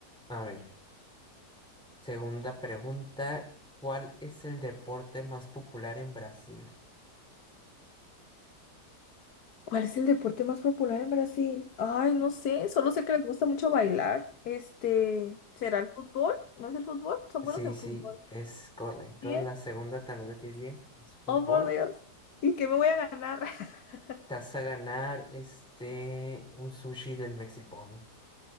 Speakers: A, in the centre; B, on the left.
A: <laughs> A ver, segunda pregunta, ¿cuál es el deporte más popular en Brasil?
B: ¿Cuál es el deporte más popular en Brasil? Ay, no sé, solo sé que les gusta mucho bailar. Este, ¿será el fútbol? ¿No es el fútbol? Son
A: Sí,
B: buenos en
A: sí,
B: fútbol.
A: es correcto.
B: Bien.
A: La segunda también la tienes bien, es fútbol.
B: Oh, por Dios. ¿Y qué me voy a ganar? <laughs>
A: Te vas a ganar este, un sushi del Mexipón.